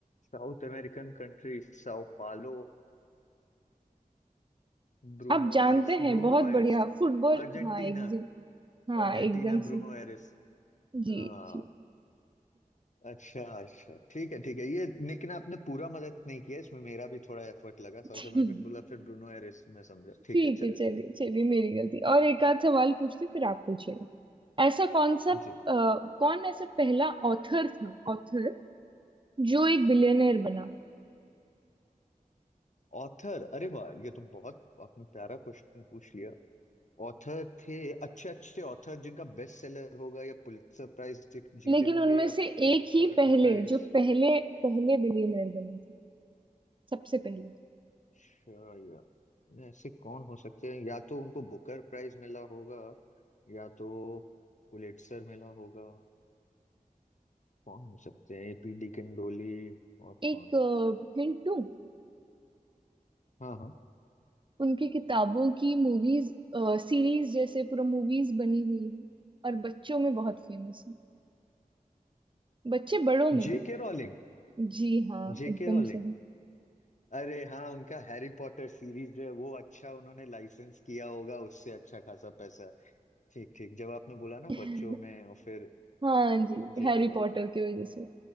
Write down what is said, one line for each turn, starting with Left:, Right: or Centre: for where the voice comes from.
Left: साउथ अमेरिकन कंट्री sao पालो Bruno
Right: आप जानते
Left: Eris
Right: हैं
Left: Bruno
Right: बहुत
Left: Eris
Right: बढ़िया फुटबॉल
Left: Argentina
Right: हाँ एकदम हाँ
Left: Argentina
Right: एकदम
Left: Bruno
Right: सही
Left: Eris
Right: जी
Left: हाँ
Right: जी
Left: अच्छा अच्छा ठीक है ठीक है ये लेकिन आपने पूरा मदद नहीं किया इसमें मेरा भी थोड़ा एफर्ट लगा साउथ
Right: ठीक
Left: अमेरिकन बोला फिर ब्रूनो एरिस में समझा ठीक
Right: ठीक
Left: है चलिए
Right: है चलिए चलिए मेरी गलती और एक आध सवाल पूछती फिर आप पूछिए ऐसा कौन सा अ,
Left: जी
Right: कौन ऐसा पहला ऑथर था ऑथर जो एक बिलियनर बना
Left: ऑथर अरे वाह ये तो बहुत आपने प्यारा क्वेश्चन पूछ लिया ऑथर थे अच्छे अच्छे ऑथर जिनका बेस्ट सेलर होगा या पुलित्जर प्राइज जीते
Right: लेकिन
Left: होंगे
Right: उनमें
Left: या बुकर
Right: से एक ही पहले
Left: प्राइज
Right: जो पहले पहले बिलियनर बने थे सबसे पहले
Left: अच्छा या ऐसे कौन हो सकते हैं या तो उनको बुकर प्राइज मिला होगा या तो पुलिट्जर मिला होगा कौन हो सकते हैं एपीडी किंडोली और कौन
Right: एक हिंट दूं
Left: हाँ हाँ
Right: उनकी किताबों की मूवीज सीरीज जैसे पूरा मूवीज बनी हुई है और बच्चों में बहुत फेमस है बच्चे बड़ों में
Left: JK
Right: भी
Left: Rowling
Right: जी हाँ
Left: JK
Right: एकदम
Left: Rowling
Right: सही
Left: अरे हाँ उनका हैरी पॉटर सीरीज जो है वो अच्छा उन्होंने लाइसेंस किया होगा उससे अच्छा खासा पैसा ठीक ठीक जब आपने बोला ना
Right: <laughs>
Left: बच्चों में और फिर
Right: हाँ जी
Left: JK
Right: हैरी
Left: Rowling
Right: पॉटर की वजह से